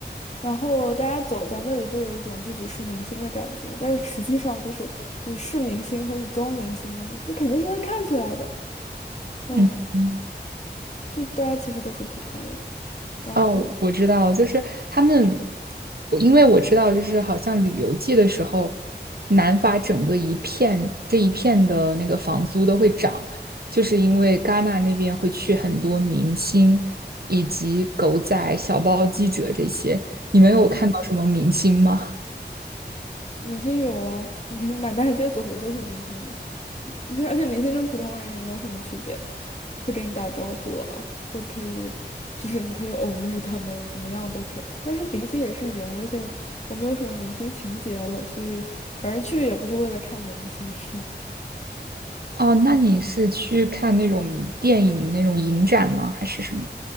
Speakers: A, on the left; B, on the right.
A: 然后大家走在那里都有一种自己是明星的感觉，但是实际上就是你是明星和你装明星，这肯定是能看出来的。嗯，
B: 嗯。嗯
A: 就大家其实都是普通人，然后
B: 哦，我知道，就是他们，我因为我知道，就是好像旅游季的时候，南法整个一片这一片的那个房租都会涨，就是因为戛纳那边会去很多明星以及狗仔、小报记者这些。你们有看到什么明星吗？
A: 哼，明星有啊，<laughs> 满大街走的都是明星。那而且明星跟普通人也没有什么区别，会跟你打招呼啊，会可以，就是你可以偶遇他们，怎么样都可以。但是明星也是人，而且我，我没有什么明星情节了，所以反正去也不是为了看明星。<laughs>
B: 哦，那你是去看那种电影那种影展吗？还是什么？